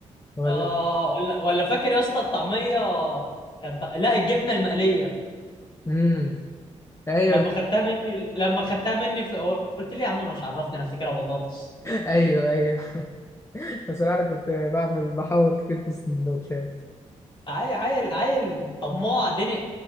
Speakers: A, on the left (about 20°); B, on the left (about 40°).
A: ولا
B: اه ولا ولا فاكر يا اسطى الطعميه كان ط... لا الجبنه المقليه
A: امم أيوه
B: لما خدتها مني لما خدتها مني في... قلت لي يا عم انا مش عرفني انا افتكرها بطاطس
A: أيوه أيوه <laughs> بصراحة أنا كنت بعمل بحاول كتير في السندوتشات
B: عيل عيل عيل طماع دنق